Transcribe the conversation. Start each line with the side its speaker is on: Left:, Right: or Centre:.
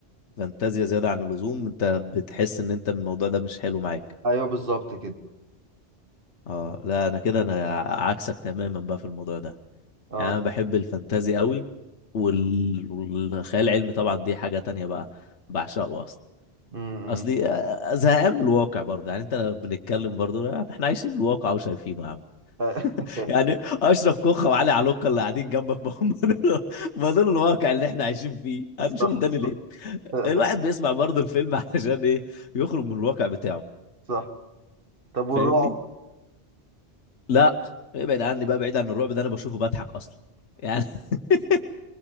Left: فانتازيا زيادة عن اللزوم انت بتحس ان انت الموضوع ده مش حلو معاك
Right: ايوه بالظبط كده
Left: اه لا انا كده انا عكسك تماما بقى في الموضوع ده
Right: اه
Left: يعني انا بحب الفانتازي قوي وال... والخيال العلمي طبعا دي حاجة تانية بقى بعشقه اصلا
Right: امم
Left: اصلي آه، زهقان من الواقع برضه يعني انت لو بنتكلم برضه آه، احنا عايشين الواقع وشايفينه يا عم
Right: <laughs>
Left: <laughs> يعني اشرف كوخه وعلي علوكه اللي قاعدين جنبك ما هم دول ما دول الواقع اللي احنا عايشين فيه هنشوفه
Right: صح
Left: تاني ليه
Right: صح <laughs>
Left: الواحد بيسمع برضه الفيلم <laughs> علشان ايه يخرج من الواقع بتاعه
Right: صح طب والرعب
Left: فاهمني لا ابعد عني بقى بعيد عن الرعب ده انا بشوفه بضحك اصلا يعني <laughs>